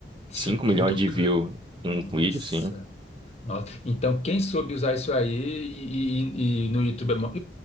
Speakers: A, on the left; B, on the right.
A: Isso
B: 5
A: tudo,
B: milhões de
A: cara.
B: view
A: Nossa.
B: em um vídeo, assim.
A: Nossa. Então, quem soube usar isso aí e, e- e no YouTube é, mo-